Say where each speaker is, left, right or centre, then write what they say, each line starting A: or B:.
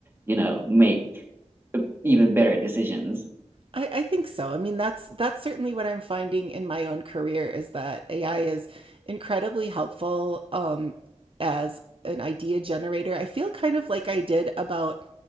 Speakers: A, on the right (about 20°); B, on the right (about 50°).
A: you know, make even better decisions.
B: I, I think so. I mean, that's that's certainly what I'm finding in my own career is that AI is incredibly helpful um, as an idea generator. I feel kind of like I did about